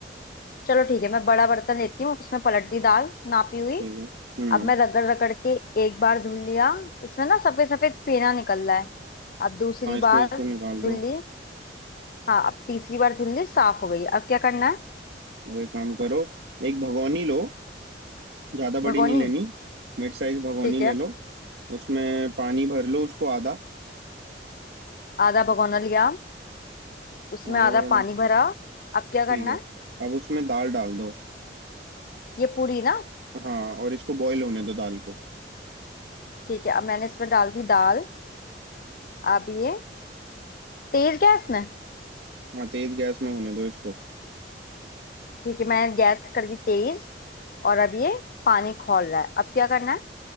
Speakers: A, on the left (about 50°); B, on the right (about 70°).
A: चलो ठीक है मैं बड़ा बर्तन लेती हूँ उसमें पलट दी दाल नापी हुई
B: ठीक है हम्म
A: अब मैं रगड़ रगड़ के एक बार धुल लिया इसमें ना सफेद सफेद फेना निकल रहा है अब दूसरी
B: हाँ इसको
A: बार
B: इसको
A: धुल
B: निकाल दो
A: ली हाँ अब तीसरी बार धुल ली साफ हो गई अब क्या करना है
B: और एक काम करो एक भगोनी लो ज़्यादा बड़ी
A: भगोनी
B: नहीं लेनी मिड साइज भगोनी
A: ठीक है
B: ले लो उसमें पानी भर लो उसको आधा
A: आधा भगोना लिया उसमें
B: आधा
A: आधा
B: भगोना
A: पानी भरा अब क्या
B: ठीक
A: करना
B: है
A: है
B: अब उसमें दाल डाल दो
A: ये पूरी ना
B: हाँ और इसको बॉईल होने दो दाल को
A: ठीक है अब मैंने इसमें डाल दी दाल अब ये तेज गैस में
B: हाँ तेज गैस में होने दो इसको
A: ठीक है मैंने गैस कर दी तेज और अब ये पानी खौल रहा है अब क्या करना है